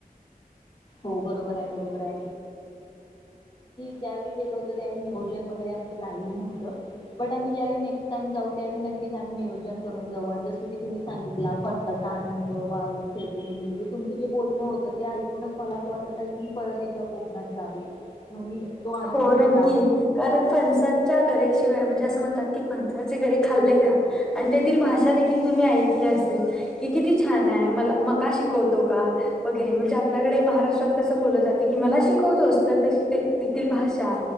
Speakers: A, on the left; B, in the centre.
A: बरोबर हाय, बरोबर हाय ज्यावेळी गेलो होतो, त्यावेळी नियोजन वगैरे काय नव्हतं. बट आम्ही नेक्स्ट टाइम जाऊ त्यावेळी नियोजन करून जाऊ. कि तुम्ही सांगितला फण आनंद वाळू खेळती बे तुमचं जे बोलणं होंत ते मला असं वाटत आहे की एकदा कोकणात जावे. आणि तो आनंद
B: हो
A: लुटावा
B: नक्की कारण फणसाच्या गऱ्याची शिवाय म्हणजे असं म्हणतात की फणसाचे गरे खाल्ले का? आणि तेथील भाषा देखील तुम्ही ऐकल्या असेल, की किती छान आहे. म मका शिकवतो का? वगैरे म्हणजे आपल्याकडे महाराष्ट्रात कसं बोललं जातं कि मला शिकवतोस? तस ते तेथील भाषा